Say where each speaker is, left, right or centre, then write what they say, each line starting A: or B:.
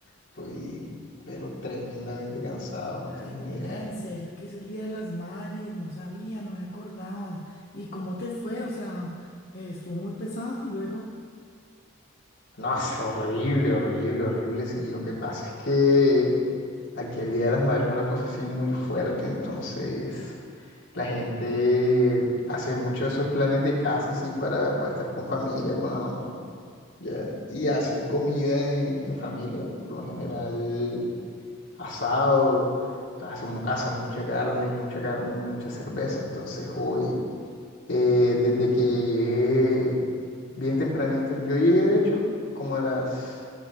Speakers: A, on the left; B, on the left.
A: estoy, pero tremendamente cansado, no
B: Ay,
A: tienes
B: ¿verdad?
A: ni idea.
B: En serio, que es el Día de las Madres, no sabía, no me acordaba. ¿Y cómo te fue? O sea, eh, estuvo muy pesado luego.
A: No, es horrible, horrible, horrible. Sí, lo que pasa es que aquí el Día de las Madres es una cosa así muy fuerte, entonces la gente hace mucho esos planes de casa así para, para estar con familia, con la mamá. ¿ya? Y hacen comida en, en familia, por lo general asado, hacen, mu- hacen mucha carne, mucha carne, y mucha cerveza. Entonces hoy, eh, desde que llegué bien tempranito, yo llegué de hecho como a las